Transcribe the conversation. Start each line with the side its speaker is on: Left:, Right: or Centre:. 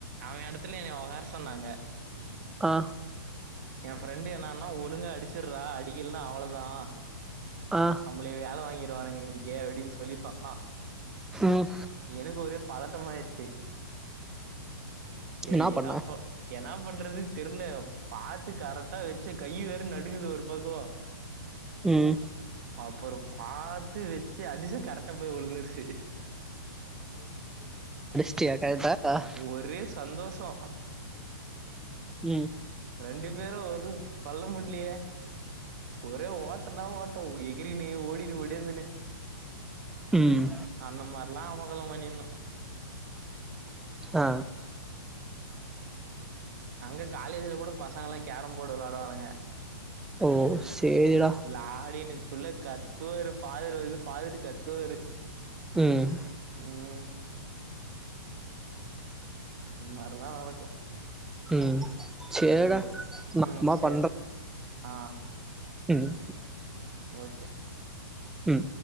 Right: அவே அடுத் த்துல என்ன உக்கார சொன்னாங்க
Centre: ஆ
Right: எ ஃப்ரெண்டு் என்னன்னா ஒழுங்கா அடிச்சுர்றா அடிக்கலன்னா அவ்ளதா
Centre: ஆ
Right: நம்மளய வேல வாங்கிரு கிருவானுங்க இன்னிக்கு அப்டின்ஸ் சொல்லி சொன்னா.
Centre: ம்
Right: எனக்கு ஒரே பதட்டமாயிருச் செ செரி
Centre: என்னா
Right: எதா
Centre: பண்ண
Right: இப்ப என் என்னா பண்றதுன்னு தெர்ல. பாத்து கரெக்டா வச்சு கையி வேற நடுங்குது ஒரு பக்கோ
Centre: ம்
Right: அப்புறோ பாத்து வச்சு அடிச்சு கரெக்டா போய் உழுந்துருச்சு.
Centre: வச்சியா கரெக்டா <inaudible>
Right: ஒரே சந்தோஷோ
Centre: ம்
Right: ரெண்டு பேரு ஒன்னு சொல்ல முடி க்கிலியே ஒரே ஓட்டனா ஓட்டோ எகிரினு ஓடினு ஓடினேருந்தனே
Centre: ம்
Right: அந்த மாரிலா அமக்களோ பண்ணிருந்தோ அ
Centre: ஆ
Right: அங்க காலேஜ்ல கூட பசங்க எல்லா கேரம் போர்டு வெளையாடுவானுக
Centre: ஓ சேரிடா
Right: விளாடினு க்குள்ள கத்துவாரு ஃபாதர் வந்து பாத்துட்டு கத்துவாரு
Centre: ம்
Right: ம் இந்த மாரில்லா நடக்கு
Centre: ம் சேரிடா
Right: ம்
Centre: நா
Right: ம்
Centre: அப்றமா
Right: சேர்
Centre: பண்ற
Right: ஆ
Centre: ம்
Right: ம் ஓகே
Centre: ம்